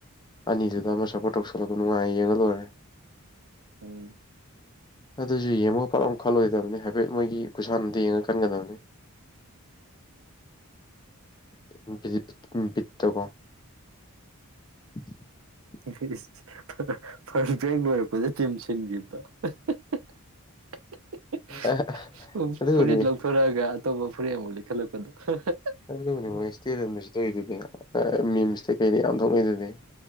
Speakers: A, on the left; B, on the right.
A: ꯑꯅꯤꯗꯨꯗ ꯑꯃ ꯁꯄꯣꯔꯠ ꯇꯧꯁꯜꯂꯒ ꯅꯨꯡꯉꯥꯏ ꯌꯦꯡꯉ ꯂꯣꯏꯔꯦ꯫
B: ꯎꯝ
A: ꯑꯗꯨꯁꯨ ꯌꯦꯡꯕꯒ ꯐꯠ ꯂꯥꯎꯅ ꯈꯜꯂꯣꯏꯗꯕꯅꯤ ꯍꯥꯏꯐꯦꯠ ꯃꯣꯏꯒꯤ ꯈꯨꯁꯥꯟꯅꯗꯣ ꯌꯦꯡꯉ ꯈꯟꯒꯗꯕꯅꯤ ꯎꯝ ꯄꯤ ꯖꯤ ꯎꯝ ꯕꯤꯠꯇꯀꯣ꯫ <inaudible>
B: ꯁꯤ ꯏꯁ ꯐꯥꯔꯁ ꯐꯥꯔꯁ ꯕ꯭ꯔꯦꯛ ꯂꯣꯏꯔꯛꯄꯗ ꯇꯤꯝ ꯁꯤꯟꯒꯤꯕꯗꯣ꯫ ꯑ ꯍ-ꯍ- ꯍ-ꯍ-ꯍꯍ-
A: ꯑꯦ
B: ꯁꯍ
A: ꯑꯗꯨꯕꯨꯗꯤ
B: ꯐꯨꯔꯤꯠ ꯂꯧꯊꯣꯔꯛꯑꯒ ꯑꯇꯣꯞꯄ ꯐꯨꯔꯤꯠ ꯑꯃꯨꯛ ꯂꯤꯠꯈꯠꯂꯛꯄꯗꯣ ꯍ-ꯍ-
A: ꯑꯗꯨꯕꯨꯗꯤ ꯃꯣꯏ ꯏꯁꯇꯦꯗꯤꯌꯝꯗꯖꯨ ꯇꯧꯔꯤꯗꯨꯗꯤ ꯑꯑ- ꯃꯤꯝꯁꯇꯩ ꯀꯩꯗꯩ ꯌꯥꯝ ꯊꯣꯛꯅꯩ ꯗꯨꯗꯤ꯫